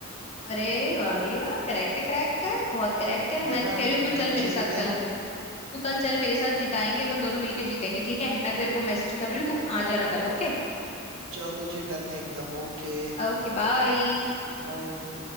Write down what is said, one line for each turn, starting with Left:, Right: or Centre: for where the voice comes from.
Left: अरे वाह भाई वाह करेक्ट है करेक्ट है बहुत करेक्ट है मैं
Right: देखा
Left: तो कह रही हूँ तू
Right: मैं
Left: चल मेरे
Right: जीत
Left: साथ
Right: गया
Left: कल
Right: ना
Left: तू कल चल मेरे साथ जिताएंगे अपन दोनों मिलके जीतेंगे ठीक है मैं तेरे को मैसेज कर रही हूँ तू आ जाना कल ओके
Right: चलो जी डन है एकदम ओके
Left: Okay bye
Right: बाय